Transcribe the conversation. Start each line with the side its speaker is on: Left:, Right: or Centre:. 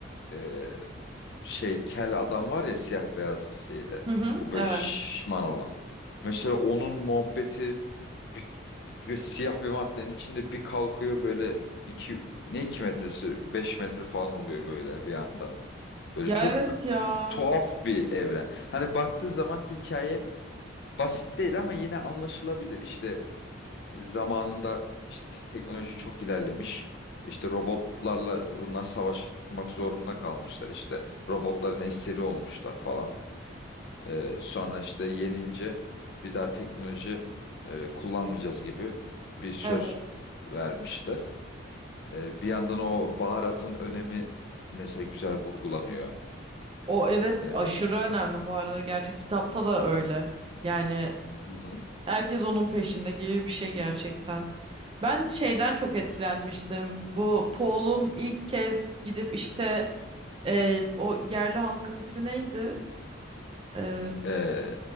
Left: e, şey kel adam var ya siyah beyaz şeyde.
Right: Hı hı,
Left: O
Right: evet.
Left: böyle şişman olan. Mesela onun muhabbeti bir, bir siyah bir maddenin içinde bir kalkıyor böyle iki, ne iki metresi? Beş metre falan oluyor böyle bir anda. Böyle
Right: Ya
Left: çok
Right: evet ya.
Left: tuhaf bir evren. Hani baktığı zaman hikaye basit değil ama yine anlaşılabilir. İşte zamanında işte teknoloji çok ilerlemiş. İşte robotlarla bunlar savaşmak zorunda kalmışlar işte. Robotların esiri olmuşlar falan. Ee, sonra işte yenince bir daha teknoloji e, kullanmayacağız gibi bir söz
Right: Evet.
Left: vermişler. Ee, bir yandan o baharatın önemi mesela güzel vurgulanıyor.
Right: O evet
Left: Ee,
Right: aşırı önemli bu arada gerçek kitapta da öyle. Yani
Left: hı hı.
Right: herkes onun peşinde gibi bir şey gerçekten. Ben şeyden çok etkilenmiştim. Bu Paul'un ilk kez gidip işte e, o yerli halkın ismi neydi? E,
Left: Ee,